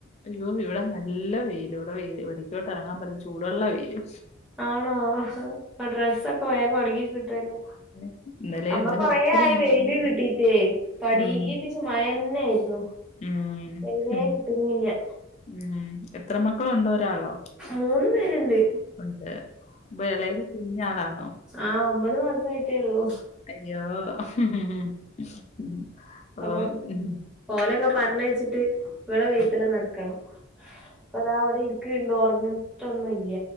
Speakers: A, on the left; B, in the centre.
A: അയ്യോ ഇവിടെ നല്ല വെയില് ഇവിടെ വെയിൽ ഇവിടക്കോട്ട് ഇറങ്ങാൻ പറ്റി ചൂടുള്ള വെയില്
B: ആണോ ആഹ് ഡ്രസ്സൊക്കെ വേഗം ഒണങ്ങി കിട്ടുവല്ലോ
A: പിന്നെ ഇന്നലെ
B: അമ്മക്ക്
A: ഇന്നലെ
B: കൊറേ
A: ഒത്തിരി
B: ആയി
A: ഉണ്ടായിരുന്നു
B: വെയില്
A: പിന്നെ.
B: കിട്ടീട്ടെ പടീപ്പി
A: ഉം
B: ന്ന് മയന്നേര്ന്നു
A: ഉം
B: വെയിലെ
A: ഉം
B: കിട്ടുന്നില്ല
A: ഉം എത്ര മക്കളുണ്ട് ഒരാളോ?
B: മൂന്ന് പേരുണ്ട്.
A: ഉണ്ട് വെളെൽ കുഞ്ഞാളാണോ?
B: ആഹ് ഒമ്പത് മാസയിട്ടേ ഒള്ളൂ.
A: അയ്യോ ഓ ഹ് ഹ് ഹ് ഓ
B: അപ്പൊ
A: ഹ് ആ.
B: ഓലൊക്കെ പറഞ്ഞെച്ചിട്ട് ഇങ്ങള് വെത്തിലെ നടക്കണം ഇപ്പതാ അവ്ടെഇര് ക്ക് ണ്ട് ഒർങ്ങിട്ടൊന്നുല്ല.